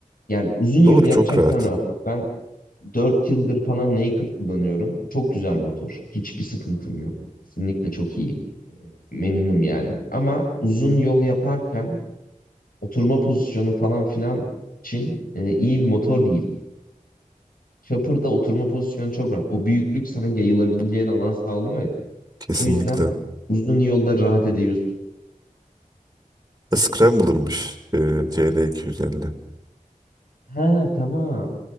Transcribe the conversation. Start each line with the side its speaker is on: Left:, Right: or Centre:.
Left: Yani uzun yol
Right: Doğru
Left: yapacaksan
Right: çok rahat.
Left: rahat. Bak ben Dört yıldır falan Naked kullanıyorum. Çok güzel motor. Hiçbir sıkıntım yok. Kesinlikle çok iyi. Memnunum yani. Ama uzun yol yaparken oturma pozisyonu falan filan için e, iyi bir motor değil. Chopper'da oturma pozisyonu çok rahat. O büyüklük sana yayılabileceğin alan sağlıyor ya.
Right: Kesinlikle.
Left: O yüzden uzun yolda rahat ediyorsun.
Right: E, Scrambler'mış e, CL250.
Left: Ha tamam.